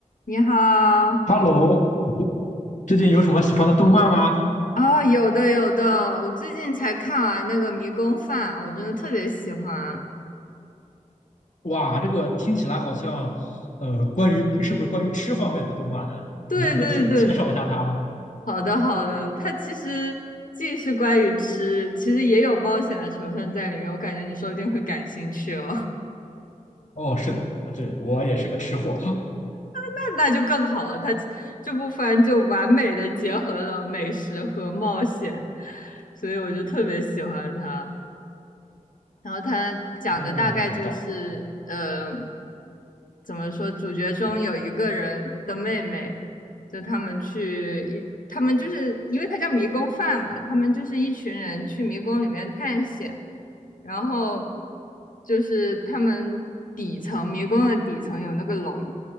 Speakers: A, on the left; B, on the left.
A: 你好，
B: Hello，最近有什么喜欢的动漫吗？
A: 啊，有的有的，我最近才看完那个《迷宫饭》，我真的特别喜欢。
B: 哇，这个听起来好像，呃，关于是不是关于吃方面的动漫呢？
A: 对嗯对对，
B: 你能不能介介绍一下它呢？
A: 好的好的，它其实既是关于吃，其实也有冒险的成分在里面，我感觉你说不定会感兴趣哦。<laughs>
B: 哦，是的，对，我也是个吃货。
A: 那那就更好了，它这部番就完美的结合了美食和冒险，所以我就特别喜欢它。然后他讲的大概就是，
B: 哦，很棒。
A: 呃，怎么说？主角中有一个人的妹妹，就他们去一，他们就是因为他叫迷宫饭嘛，他们就是一群人去迷宫里面探险，然后就是他们底层迷宫的底层有那个龙，